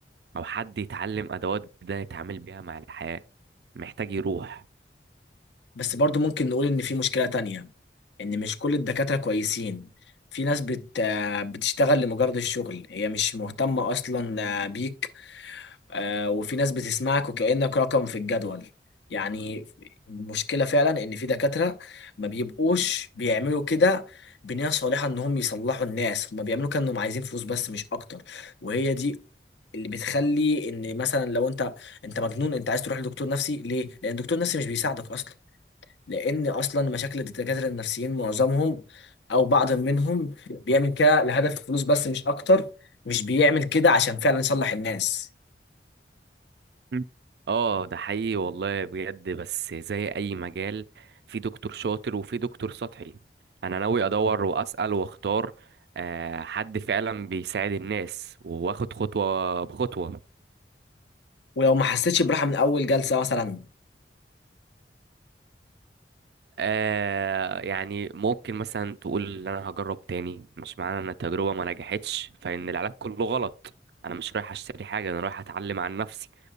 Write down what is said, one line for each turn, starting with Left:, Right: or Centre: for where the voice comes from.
Right: او حد يتعلم ادوات جديده يتعامل بيها مع الحياه محتاج يروح
Left: بس برضو ممكن نقول ان في مشكلة تانية ان مش كل الدكاترة كويسين في ناس بت آه، بتشتغل لمجرد الشغل هي مش مهتمة اصلا آه، بيك آه، وفي ناس بتسمعك وكأنك رقم في الجدول يعني المشكلة فعلا ان في دكاترة ما بيبقوش بيعملوا كده بنية صالحة انهم يصلحوا الناس هما بيعملوا كأنهم عايزين فلوس بس مش اكتر وهي دي اللي بتخلي ان مثلا لو انت انت مجنون انت عايز تروح لدكتور نفسي ليه؟ لان الدكتور النفسي مش بيساعدك اصلا لان اصلا مشاكل الدكاتره النفسيين معظمهم او بعض منهم بيعمل كده لهدف الفلوس بس مش اكتر مش بيعمل كده عشان فعلا يصلح الناس
Right: مم. اه ده حقيقي والله بجد بس زي اي مجال في دكتور شاطر وفي دكتور سطحي انا ناوي ادور واسال واختار آه، حد فعلا بيساعد الناس واخد خطوه بخطوه
Left: ولو ما حسيتش براحه من اول جلسه مثلا
Right: آه يعني ممكن مثلا تقول ان انا هجرب تاني مش معنى ان التجربه ما نجحتش فان العلاج كله غلط انا مش رايح اشتري حاجه انا رايح اتعلم عن نفسي